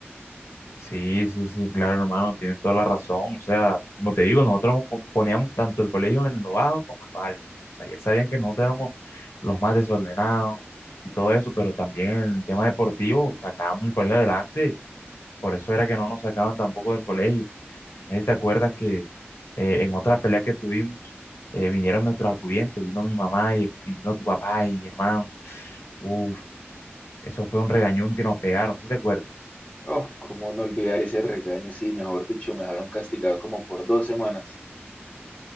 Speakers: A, on the left; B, on the left.
A: Sí, sí, sí, claro, hermano, tienes toda la razón. O sea, como te digo, nosotros po- poníamos tanto el colegio en lo bajo como en lo alto. O sea, ya sabían que nosotros éramos los más desordenados y todo eso, pero también en el tema deportivo sacábamos el colegio adelante. Por eso era que no nos sacaban tampoco del colegio. No sé si te acuerdas que eh, en otra pelea que tuvimos, eh, vinieron nuestros acudientes, vino mi mamá y, y vino tu papá y mi hermano. Uf, eso fue un regañón que nos pegaron, ¿sí te acuerdas?
B: Oh, cómo no olvidar ese regaño, sí, mejor dicho, me dejaron castigado como por dos semanas.